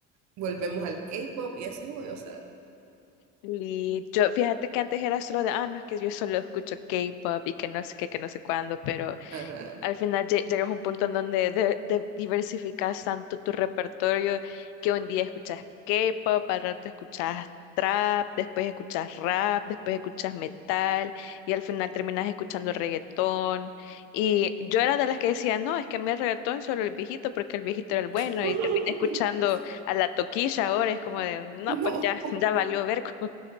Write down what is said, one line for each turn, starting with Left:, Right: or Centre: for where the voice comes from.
Right: volvemos al K-pop y así voy, o sea,
Left: Y yo, fíjate que antes era solo de, ah, no, es que yo solo escucho K-pop y que no sé qué, que no sé cuándo, pero
Right: ajá.
Left: al final lle- llegas a un punto en donde de- de- diversificas tanto tu repertorio que un día escuchas K-pop, al rato escuchas trap, después escuchas rap, después escuchas metal y al final terminas escuchando reggaetón. Y yo era de las que decía, no, es que a mí el reggaetón solo el viejito porque el viejito era el bueno
Right: <laughs>
Left: y terminé escuchando a la toquilla ahora, es como de, no,
Right: No.
Left: pues ya, <laughs> ya valió ver, <laughs>